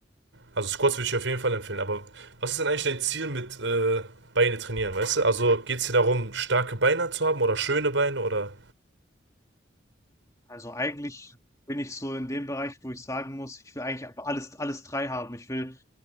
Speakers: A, on the right; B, on the left.
A: also Squats würde ich auf jeden Fall empfehlen. Aber was ist denn eigentlich dein Ziel mit äh, Beine trainieren, weißt du? Also geht es dir darum, starke Beine zu haben oder schöne Beine oder...
B: Also eigentlich bin ich so in dem Bereich, wo ich sagen muss, ich will eigentlich aber alles, alles drei haben. Ich will